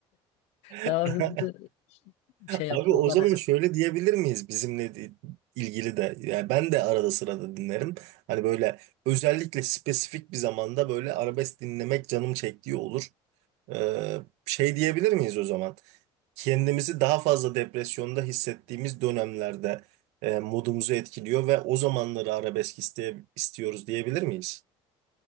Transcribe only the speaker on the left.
daha
hızlı şey yapıyorlar